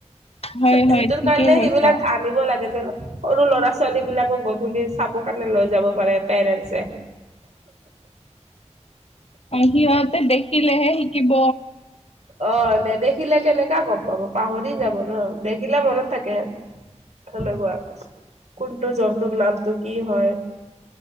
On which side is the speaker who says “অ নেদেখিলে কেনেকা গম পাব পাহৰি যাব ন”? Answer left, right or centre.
Right